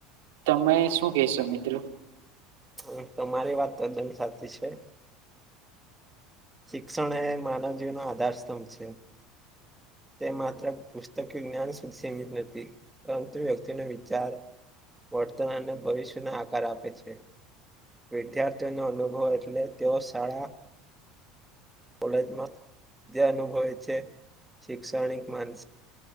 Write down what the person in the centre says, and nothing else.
હા તમારી વાત તદન સાચી છે. શિક્ષણ એ માનવજીવનનો આધારસ્તંભ છે. તે માત્ર પુસ્તકીય જ્ઞાન સુધી સીમિત નથી પરંતુ વ્યક્તિનો વિચાર વર્તન અને ભવિષ્યને આકાર આપે છે. વિદ્યાર્થીઓનો અનુભવ એટલે તેઓ શાળા કોલેજમાં જે અનુભવે છે. શિક્ષણિક, માનસી